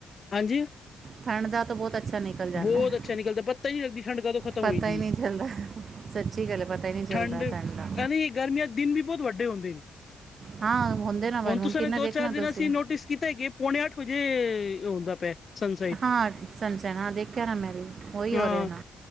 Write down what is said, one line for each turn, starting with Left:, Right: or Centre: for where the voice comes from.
Left: ਹਾਂਜੀ।
Right: ਠੰਡ ਦਾ ਤਾਂ ਬਹੁਤ ਅੱਛਾ ਨਿਕਲ ਜਾਂਦਾ
Left: ਬੋਤ
Right: ਹੈ।
Left: ਅੱਛਾ ਨਿਕਲਦਾ, ਪੱਤਾ ਈ ਨਹੀਂ ਲੱਗਦੀ ਠੰਡ ਕਦੋਂ ਖ਼ਤਮ
Right: ਪਤਾ
Left: ਹੋਈ ਦੀ।
Right: ਹੀ ਨਹੀਂ ਚੱਲਦਾ ਸੱਚੀ ਗੱਲ ਹੈ ਪਤਾ ਹੀ ਨਹੀਂ ਚੱਲਦਾ
Left: ਠੰਡ,
Right: ਦਾ
Left: ਕਵੀ ਗਰਮੀਆਂ'ਚ ਦਿਨ ਵੀ ਬਹੁਤ ਵੱਡੇ ਹੋਂਦੇਨ।
Right: ਹਾਂ ਹੁੰਦੇ ਨਾ ਬਣ
Left: ਹੁਣ ਤੁਸਾ
Right: ਕਿੰਨਾ
Left: ਨੇ ਦੋ-ਚਾਰ
Right: ਦੇਖ ਲਾਂ
Left: ਦਿਨਾ'ਚ
Right: ਤੁਸੀਂ
Left: ਅਸੀਂ ਨੋਟਿਸ ਕੀਤਾ ਕਿ ਪੌਣੇ ਅੱਠ ਵਜੇ ਏ, ਹੋਂਦਾ ਪਿਆ। ਸਨਸਾਈਡ
Right: ਹਾਂ, ਸਨ-ਸੈਨ ਹਾਂ ਦੇਖਿਆ ਨਾ ਮੈਂ ਵੀ, ਉਹੀ
Left: ਹਾਂ
Right: ਹੋ ਰਿਹਾ ਨਾ।